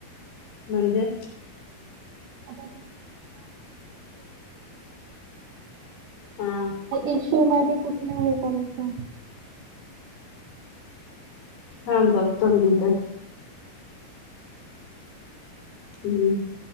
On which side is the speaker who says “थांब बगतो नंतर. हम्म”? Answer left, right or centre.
Left